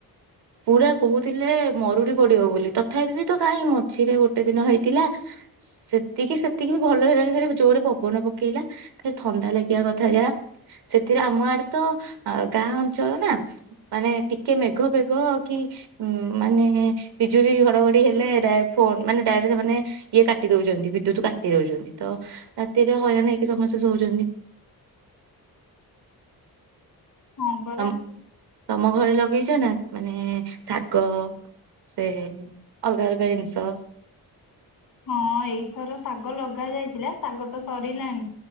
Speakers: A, on the right; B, on the left.
A: ପୁରା କହୁଥିଲେ ମରୁଡି ପଡିବ ବୋଲି ତଥାପି ବି ତ କାହିଁ ମଝିରେ ଗୋଟେ ଦିନ ହେଇଥିଲା ସେତିକି ସେତିକି ବି ଭଲ ହେଇଗଣି ଖଲି ଯୋଉରେ ପବନ ପକେଇଲା ଖଲି ଥଣ୍ଡା ଲାଗିବା କଥା ଯାହା ସେଥିରେ ଆମ ଆଡେ ତ ଗାଁ ଅଞ୍ଚଳ ନା ମାନେ ଟିକେ ମେଘ ବେଘ ଗ କି ଉ ମାନେ ବିଜୁଳି ଘଡଘଡି ହେଲେ ଡାଇରେକ୍ଟ ଫୋନ୍ ମାନେ ଡାଇରେକ୍ଟ ସେମାନେ ଇଏ କାଟି ଦଉଛନ୍ତି ବିଦ୍ୟୁତ କାଟି ଦଉଛନ୍ତି ତ ରାତିରେ ହଇରାଣ ହେଇକି ସମସ୍ତେ ଶୋଉଛନ୍ତି।
B: ହଁ ପରା
A: ତ ତମ ଘରେ ଲ ଲଗେଇଛ ନା ମାନେ ଶାଗ ସେ ଅଲଗା ଅଲଗା ଜିନିଷ।
B: ହଁ ଏଇଥର ଶାଗ ଲଗା ଯାଇଥିଲା ଶାଗ ତ ସରିଲାଣି